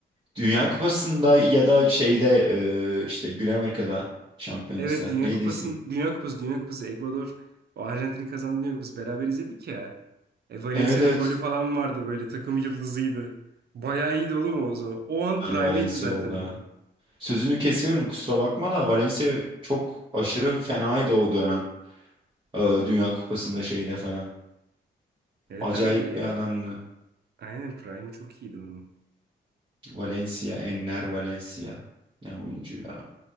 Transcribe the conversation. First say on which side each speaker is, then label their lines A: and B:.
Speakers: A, on the right; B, on the right.
A: Dünya Kupası'nda ya da şeyde e, işte Güney Amerika'da şampiyonası.
B: Evet Dünya
A: Neydi
B: Kupası'nın
A: ismi?
B: Dünya Kupası Dünya Kupası Ekvador o Arjantin'in kazandığı Dünya Kupası beraber izledik ya. E, Valencia'nın
A: Evet evet.
B: golü falan vardı böyle takım yıldızıydı. Bayağı iyiydi oğlum o zaman. O an
A: Yani
B: prime'iydi
A: Valencia
B: zaten
A: orada.
B: o.
A: Sözünü kesiyorum kusura bakma da Valencia çok aşırı fenaydı o dönem. E, Dünya Kupası'nda şeyde falan.
B: Evet
A: Acayip
B: abi yani
A: bir adamdı.
B: aynen prime'ı çok iyiydi onun.
A: Valencia, Enner Valencia. Ne oyuncu ya.